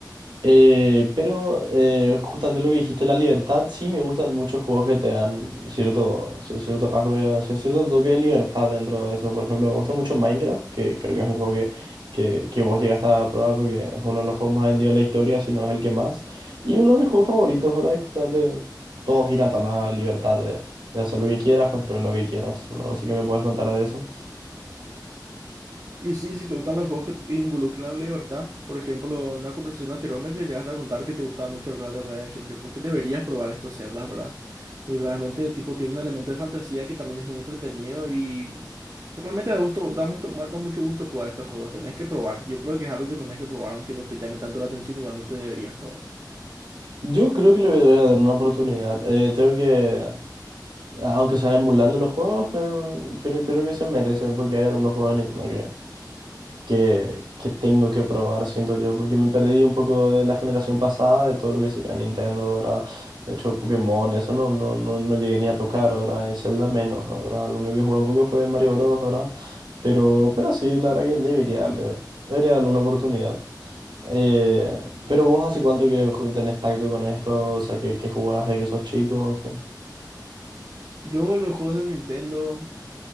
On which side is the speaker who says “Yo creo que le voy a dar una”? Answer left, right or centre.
Right